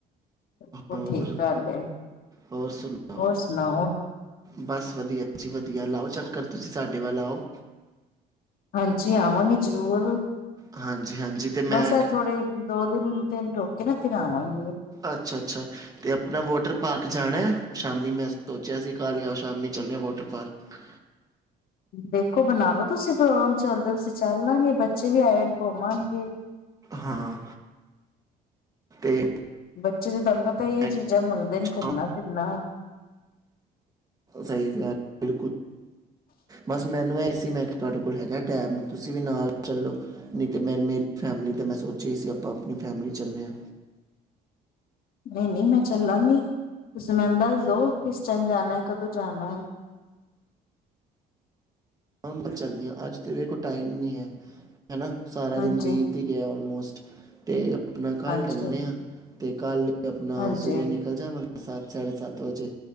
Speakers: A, on the left (about 60°); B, on the right (about 20°).
A: ਬਿਲਕੁਲ
B: ਹੋਰ
A: ਠੀਕ ਗੱਲ ਹੈ--ਹੋਰ
B: ਹੋਰ ਸੁਣਾਓ
A: ਸੁਣਾਓ
B: ਬਸ ਵਧੀਆ ਜੀ ਵਧੀਆ ਲਾਓ ਚੱਕਰ ਤੁਸੀਂ ਸਾਡੇ ਵੱਲ ਆਓ
A: ਹਾਂਜੀ। ਆਵਾਂਗੇ ਜ਼ਰੂਰ
B: ਹਾਂਜੀ-ਹਾਂਜੀ ਤੇ ਮੈਂ
A: ਬਸ, ਆ
B: ਕ
A: ਥੋੜੇ ਦੋ ਦਿਨ ਦਿਨ ਰੋਕੇ ਨਾ ਫਿਰ ਆਵਾਂਗੇ
B: ਅੱਛਾ, ਅੱਛਾ। ਤੇ ਆਪਣਾ ਵਾਟਰ ਪਾਰਕ ਜਾਣਾ? ਸ਼ਾਮੀ ਮੈਂ ਸੋਚਿਆ ਸੀ, ਘਰ ਜਾਓ ਸ਼ਾਮੀ ਚੱਲਿਆ ਵਾਟਰ ਪਾਰਕ
A: ਦੇਖੋ ਬਣਾ ਲੋ ਤੁਸੀਂ ਪ੍ਰੋਗਰਾਮ ਚੱਲਦੇ ਹੋ ਤੁਸੀਂ ਚੱਲ ਲਾਂਗੇ ਬੱਚੇ ਵੀ ਆਏ ਨੇ ਘੁੰਮਣਗੇ
B: ਹਾਂ ਤੇ
A: ਬੱਚੇ ਤੇ ਤੁਹਾਨੂੰ ਪਤਾ ਹੀ ਉਹ
B: ਮੈਂ
A: ਚੀਜ਼ਾਂ ਮੰਗਦੇ ਨੇ
B: ਕਿਹਾ
A: ਘੁੰਮਣਾ, ਫਿਰਨਾ
B: ਸਹੀ ਗੱਲ ਬਕੁ ਬਸ ਮੈਨੂੰ ਐ ਸੀ ਮੈਂ ਤੁਹਾਡੇ ਕੋਲ ਹੈਗਾ ਟਾਈਮ ਤੁਸੀਂ ਵੀ ਨਾਲ ਚੱਲੋ ਨਹੀਂ ਤੇ ਮੇਰੀ ਫੈਮਿਲੀ ਤੇ ਮੈਂ ਸੋਚਿਆ ਹੀ ਸੀ ਆਪਾਂ ਆਪਣੀ ਫੈਮਲੀ ਚੱਲੇ ਹਾਂ
A: ਨਹੀਂ, ਨਹੀਂ। ਮੈਂ ਚੱਲਾਂਗੀ। ਤੁਸੀਂ ਮੈੂੰ ਦੱਸ ਦਉ ਕਿਸ ਟਾਈਮ ਜਾਣਾ ਹੈ ਕਦੋਂ ਜਾਣਾ ਹੈ
B: ਹਾਂ ਵੱਲ ਚੱਲਦੀ ਹ ਅੱਜ ਤੇਰੇ ਕੋਲ ਟਾਈਮ ਨਹੀਂ ਹੈ ਹਨਾ ਸਾਰਾ
A: ਹਾਂਜੀ
B: ਦਿਨ ਬੀਜਤੀ ਗਿਆ ਆਲਮੋਸਟ ਤੇ ਆਪਣਾ ਘਰ
A: ਹਾਂਜੀ
B: ਡਲਣੇ ਆ ਅਤੇ ਕੱਲ੍ਹ ਆਪਣਾ
A: ਹਾਂਜੀ
B: ਸਵੇਰੇ ਨਿਕਲ ਜਾ ਮੈਂ ਸਤ ਸਾਢੇ ਸੱਤ ਵਜੇ